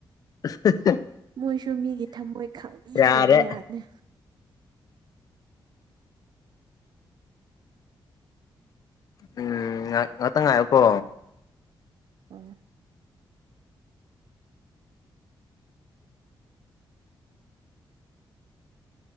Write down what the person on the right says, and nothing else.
ꯃꯣꯏꯁꯨ ꯃꯤꯒꯤ ꯊꯝꯃꯣꯏ ꯈꯪꯕꯤꯗ꯭ꯔꯕ
ꯌꯥꯠꯅꯤ꯫
ꯑꯣ꯫